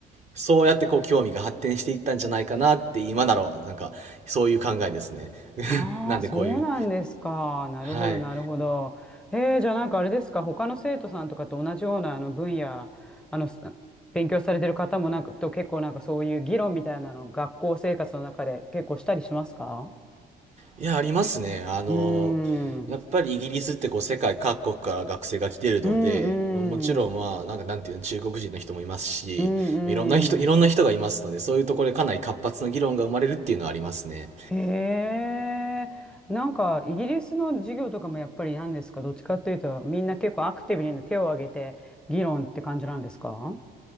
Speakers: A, on the right; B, in the centre.
A: そうやってこう興味が発展していったんじゃないかなって今なら、なんか、そういう考えですね。
B: ああ、
A: なんでこういう、
B: そうなんですか。なるほど、
A: はい。
B: なるほど。へえ、じゃあなんかあれですか、他の生徒さんとかと同じようなあの分野、あの、す勉強されてる方もなんかと結構なんかそういう議論みたいなの、学校生活の中で結構したりしますか
A: いや、ありますね。あの、
B: うーん。
A: やっぱりイギリスってこう世界各国から学生が来てるので、
B: うんうん。
A: もちろんまあ、なんかなんていうの、中国人の人もいますし、
B: うんうん。
A: いろんな人、いろんな人がいますので、そういうところでかなり活発な議論が生まれるっていうのはありますね。
B: へえ、なんかイギリスの授業とかもやっぱり何ですか、どっちかっていうと、みんな結構アクティブにね手を挙げて議論って感じなんですか